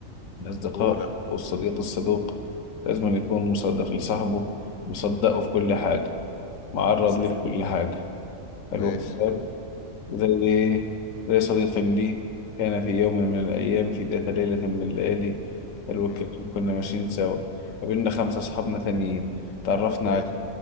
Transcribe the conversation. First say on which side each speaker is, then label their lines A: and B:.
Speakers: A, on the left; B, on the left.
A: الأصدقاء
B: ولا
A: والصديق الصدوق لازم أن يكون مصدق لصاحبه مصدقه في كل حاجة معرض
B: سلام
A: ليه في كل حاجة حلو
B: ماشي
A: الكلام زي إيه؟ زي صديق لي كان في يوم من الأيام في ذات ليلة من الليالي حلو
B: مم.
A: الكلام كنا ماشيين سوا قابلنا خمسة أصحابنا تانيين تعرفنا
B: ماشي
A: على